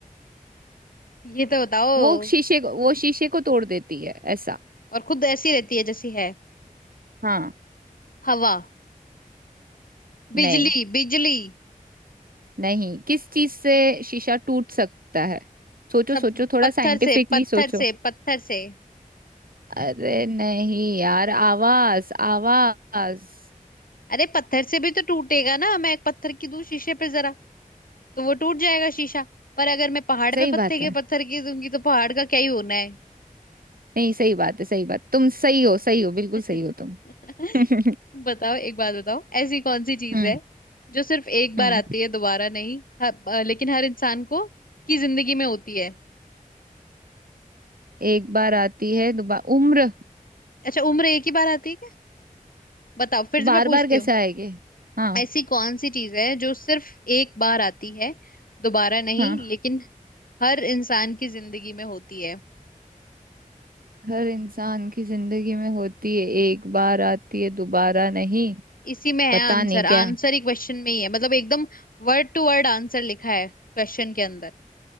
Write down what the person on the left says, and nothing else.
ये तो बताओ
और खुद ऐसी रहती है जैसी है
हवा
बिजली बिजली
सब
पत्थर
से पत्थर
से पत्थर से
अरे पत्थर से भी तो टूटेगा ना मैं एक पत्थर की दूं शीशे पे जरा तो वो टूट जाएगा शीशा पर अगर मैं पहाड़
पे पत्थर
के
पत्थर की दूंगी तो पहाड़ का क्या ही होना है
<laughs>
बताओ एक बात बताओ ऐसी कौन सी चीज
है जो सिर्फ एक बार
आती है दोबारा नहीं ह- लेकिन हर इंसान को की जिंदगी में होती है
अच्छा उम्र एक ही बार आती है क्या बताओ फिर
से मैं पूछती
हूँ
ऐसी कौन सी चीज है जो सिर्फ एक बार आती है दोबारा नहीं
लेकिन हर इंसान की जिंदगी में होती है
इसी में है
आंसर
आंसर ही क्वेश्चन में ही है मतलब एकदम वर्ड टू वर्ड आंसर लिखा है क्वेश्चन के अंदर